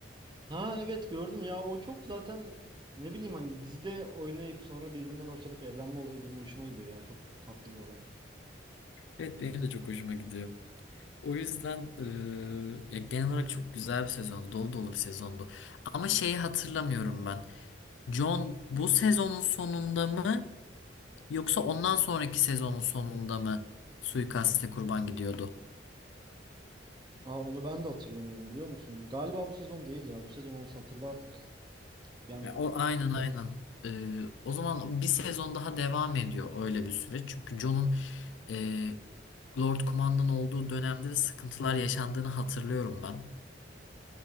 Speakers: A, on the right; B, on the left.
A: Ha evet gördüm ya o çok zaten ne bileyim hani dizide oynayıp sonra birbirinden hoşlanıp evlenme olayı benim hoşuma gidiyor ya çok tatlı bir olay.
B: Evet benim de çok hoşuma gidiyor. O yüzden e, ya genel olarak çok güzel bir sezondu. Dolu dolu bir sezondu. Ama şeyi hatırlamıyorum ben. John bu sezonun sonunda mı yoksa ondan sonraki sezonun sonunda mı suikaste kurban gidiyordu?
A: Aa onu ben de hatırlamıyorum biliyor musun? Galiba bu sezon değil ya bu sezon olsa hatırlardık. Yani
B: Ya, o aynen aynen. Ee, o zaman bir sezon daha devam ediyor öyle bir süreç. Çünkü Jon'un e, Lord Kumandan olduğu dönemde de sıkıntılar yaşandığını hatırlıyorum ben.